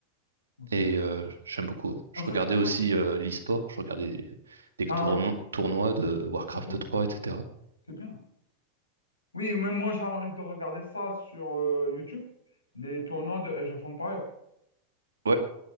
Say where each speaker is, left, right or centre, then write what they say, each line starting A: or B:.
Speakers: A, on the left (about 80°); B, on the right (about 70°).
A: ok.
B: Et euh, j'aime beaucoup. hein. Je
A: En fait,
B: regardais
A: en fait,
B: aussi
A: c'est...
B: euh, l'e-sport, je regardais des, des
A: Ah
B: tourno-
A: oui,
B: tournois de Warcraft
A: ok,
B: 3, etc.
A: c'est bien. Oui, même moi, j'arrive de regarder ça sur euh, YouTube, les tournois de Age of Empires.
B: Ouais.